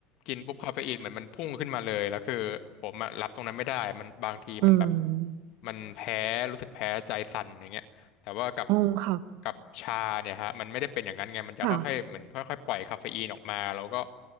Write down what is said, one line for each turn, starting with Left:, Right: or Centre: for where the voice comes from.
Left: กินปุ๊บคาเฟอีนเหมือนมันพุ่งขึ้นมาเลยแล้วคือผมอ่ะรับตรงนั้นไม่ได้มันบางทีมันแบบ
Right: อืม
Left: มันแพ้รู้สึกแพ้ใจสั่นอย่างเงี้ย แต่ว่ากับ
Right: อ๋อค่ะ
Left: กับชาเนี่ยฮะมันไม่ได้เป็นอย่างนั้นไงมันจะค่อยๆเหมือนค่อยๆปล่อยคาเฟอีนออกมาแล้วก็
Right: ค่ะ